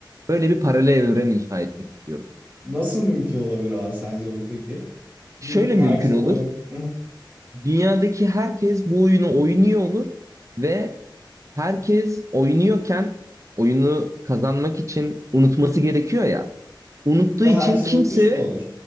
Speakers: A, on the right; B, on the right.
A: Böyle bir paralel evren inşa etmek istiyorum.
B: Nasıl mümkün olabilir abi sence bu peki?
A: Şöyle
B: Bir, herkes
A: mümkün olur.
B: oy <laughs>
A: Dünyadaki herkes bu oyunu oynuyor olur ve herkes oynuyorken oyunu kazanmak için unutması gerekiyor ya. Unuttuğu
B: ve
A: için
B: herkes
A: kimse
B: unutmuş mu olur?